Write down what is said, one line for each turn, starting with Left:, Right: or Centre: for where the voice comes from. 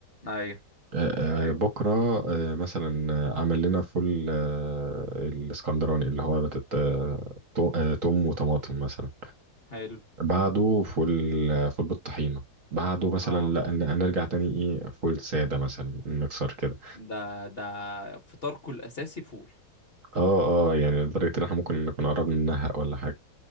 Left: ايوه
Right: آه،
Left: ايوه
Right: آه، بكرة آه، مثلا آه، عمل لنا فول آه، الاسكندراني اللي هو بتت... آه، تو- آه، توم وطماطم مثلا
Left: حلو
Right: بعده فول آه، فول بالطحينة بعده مثلا
Left: اه
Right: لا ن- نرجع تاني ايه فول سادة مثلا نكسر كده
Left: ده ده فطاركو الاساسي فول
Right: اه اه يعني لدرجة ان احنا ممكن نكون قربنا ننهق ولا حاجة